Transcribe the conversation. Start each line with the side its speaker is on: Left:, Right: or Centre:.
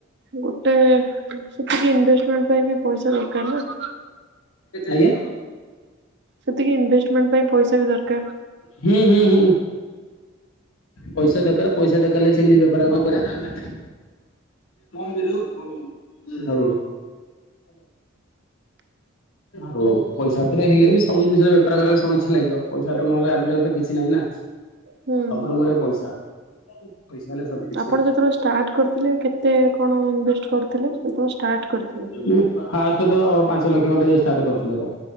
Right: ଗୋଟେ ସେତିକି ଇନଭେଷ୍ଟମେଣ୍ଟ୍ ପାଇଁ ବି ପଇସା ଦରକାର ନା?
Left: ଆଜ୍ଞା?
Right: ସେତିକି ଇନଭେଷ୍ଟମେଣ୍ଟ୍ ପାଇଁ ପଇସା ବି ଦରକାର।
Left: ହୁଁ ହୁଁ ହୁଁ। ପଇସା ଦରକାର ପଇସା ଦରକାର ହେଲେ ସେମିତି ବେପାର <inaudible> କରିବାକୁ <inaudible> ହଉ। ହଉ। ପଇସା ଥିଲେ ହେଲେ ବି ସବୁ ଜିନିଷରେ ବେପାର କରିବାକୁ ସବୁ କିଛି ଲାଗିବ ପଇସା ନହେଲେ ଆଜିକାଲି ତ କିଛି ନାହିଁ ନା।
Right: ହୁଁ
Left: ସବୁବେଳେ ପଇସା। ପଇସା ହେଲେ ସବୁ କିଛି
Right: ଆପଣ ଯେତେବେଳେ ଷ୍ଟାର୍ଟ କରିଥିଲେ କେତେ କଣ ଇନଭେଷ୍ଟ କରିଥିଲେ ଯେତେବେଳେ ଷ୍ଟାର୍ଟ କରିଥିଲେ?
Left: ମୁଁ ଫାଷ୍ଟ୍ ତ ପାଞ୍ଚ ଲକ୍ଷ ଖଣ୍ଡେ ଷ୍ଟାର୍ଟ କରିଥିଲି ଆଗ